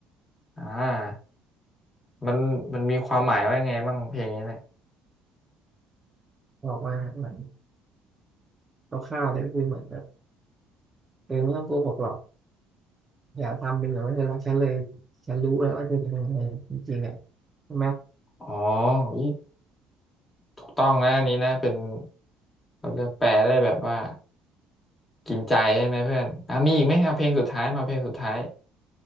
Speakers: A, on the left; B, on the right.
A: อ่ามันมันมีความหมายว่ายังไงบ้างเพลงนี้เนี่ย
B: บอกว่าเหมือนคร่าวๆเลยก็คือเหมือนแบบเออไม่ต้องโกหกหรอกอย่าทำเป็นเหมือนว่าเธอรักฉันเลยฉันรู้แล้วว่าเธอเป็นยังไงจริงๆอ่ะใช่ไหม
A: อ๋ออุ๊ยถูกต้องนะอันนี้นะเป็นเราเรียกแปลได้แบบว่ากินใจใช่ไหมเพื่อนอ่ะมีอีกไหม เอาเพลงสุดท้ายมาเพลงสุดท้าย